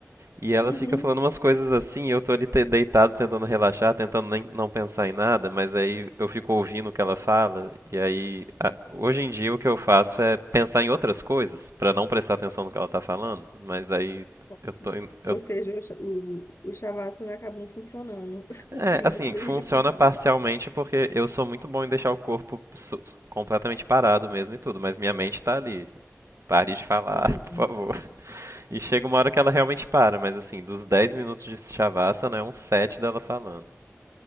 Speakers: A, on the right; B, on the left.
A: E ela
B: uhum.
A: fica falando umas coisas assim, e eu tô ali te- deitado tentando relaxar, tentando nem, não pensar em nada, mas aí eu fico ouvindo o que ela fala, e aí, a- hoje em dia o que eu faço é pensar em outras coisas, pra não prestar atenção no que ela tá falando, mas aí
B: Nossa.
A: eu tô, em- eu
B: Ou seja, o, cha- o, o Shavasana acabou não funcionando, <laughs> cumprindo
A: É, assim,
B: o que deveria
A: funciona
B: cumprir.
A: parcialmente porque eu sou muito bom em deixar o corpo su- completamente parado mesmo e tudo, mas minha mente tá ali. Pare de falar,
B: Uhum,
A: <laughs> por favor. E chega uma hora que ela realmente para, mas assim, dos 10 minutos de Shavasana é uns 7 dela falando.